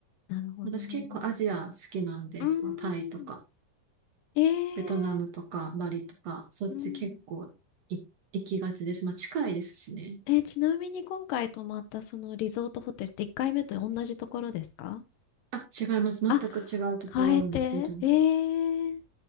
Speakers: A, on the left (about 75°); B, on the right (about 55°).
A: なるほどね。
B: 私結構アジア好きなんで、
A: うーん。
B: そのタイとか、
A: え
B: ベトナムとか、
A: え
B: バリとか、そっち結構い行きがちです。
A: うん
B: まあ近いですしね。
A: えー、ちなみに今回泊まったそのリゾートホテルって1回目と同じところですか
B: あ、違います。全く違うところなんですけど、
A: あ、変えて。ええ